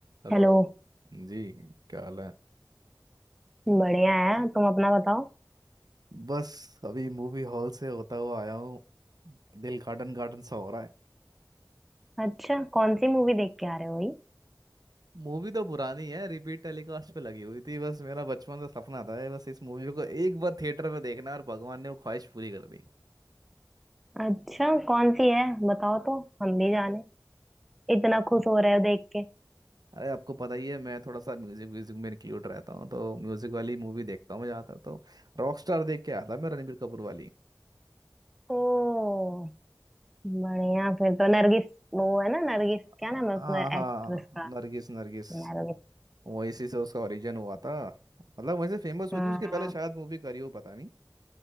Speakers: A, on the right; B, in the centre.
A: Hello
B: Hello
A: जी क्या हाल है
B: बढ़िया है तुम अपना बताओ
A: बस अभी मूवी हॉल से होता हुआ आया हूँ दिल गार्डन गार्डन सा हो रहा है
B: अच्छा कौन सी मूवी देख के आ रहे हो भाई
A: मूवी तो पुरानी है रिपीट टेलीकास्ट पे लगी हुई थी बस मेरा बचपन से सपना था ये बस इस मूवी को एक बार थिएटर में देखना और भगवान ने वो ख्वाहिश पूरी कर दी
B: अच्छा कौन सी है बताओ तो हम भी जाने इतना खुश हो रहे हो देख के
A: अरे आपको पता ही है मैं थोड़ा सा म्यूजिक म्यूजिक में इंक्लूड रहता हूँ तो म्यूजिक वाली मूवी देखता हूँ मैं ज़्यादातर तो रॉकस्टार देख के आया था मैं रणबीर कपूर वाली
B: ओ बढ़िया फिर तो नरगिस वो है ना नरगिस क्या
A: हाँ
B: नाम है उसमें
A: हाँ
B: एक्ट्रेस का
A: नरगिस नरगिस
B: नरगिस
A: वो इसी से उसका ओरिजिन हुआ था मतलब वहीं से फेमस हुई
B: हाँ
A: थी उसके पहले शायद मूवी करी हो पता नहीं